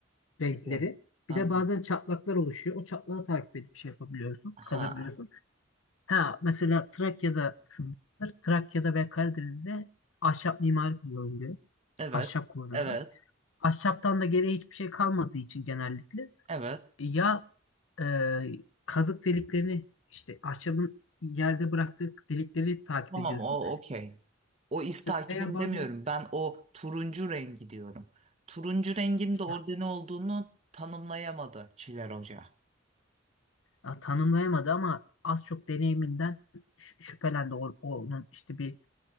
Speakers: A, on the left; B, on the right.
A: renkleri.
B: İyi. Anladım.
A: Bir de bazen çatlaklar oluşuyor. O çatlağı takip edip şey yapabiliyorsun,
B: Ha.
A: kazabiliyorsun. Ha mesela Trakya'dasındır. Trakya'da ve Karadeniz'de ahşap mimari kullanılıyor.
B: Evet.
A: Ahşap kullanıyorlar.
B: Evet.
A: Ahşaptan da geriye hiçbir şey kalmadığı için genellikle
B: Evet.
A: ya e, kazık deliklerini işte ahşabın yerde bıraktığı delikleri takip
B: Tamam
A: ediyorsun.
B: o okey. O iz takibim
A: Veya bazen
B: demiyorum. Ben o turuncu rengi diyorum. Turuncu rengin de orada
A: ya,
B: ne olduğunu tanımlayamadı Çiler Hoca.
A: ya tanımlayamadı ama az çok deneyiminden şü- şüphelendi o- onun işte bir